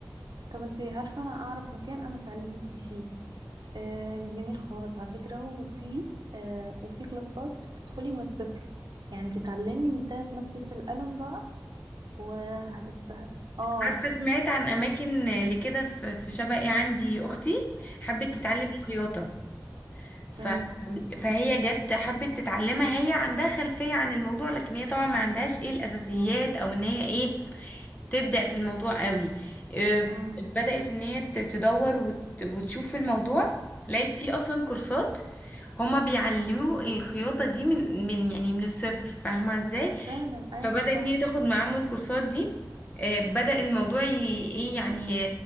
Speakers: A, on the right; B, on the left.
A: طب انتي عارفة أنا أعرف مكان أنا اتعلمت فيه آه جميل خالص على فكرة وفي آه وفي كلاسات بتدخلي من الصفر يعني بتتعلمي من ساعة مسكة القلم بقى وهتست اه
B: عارفة سمعت عن أماكن لكده في في شبقي عندي أختي حبت تتعلم الخياطة ف...
A: امم
B: فهي جت حبت تتعلمها هي عندها خلفية عن الموضوع لكن هي طبعا ما عندهاش ايه الأساسيات أو إن هي ايه تبدع في الموضوع قوي إيه،
A: امم
B: بدأت إن هي ت- تدور وت... وتشوف في الموضوع لقيت فيه أصلا كورسات هما بيعلموا الخياطة دي من من يعني من الصفر فاهمة ازاي
A: فعلا ايوه
B: فبدأت
A: صح
B: ميري تاخد معاهم الكورسات دي آه، بدأ الموضوع ي- ايه يعني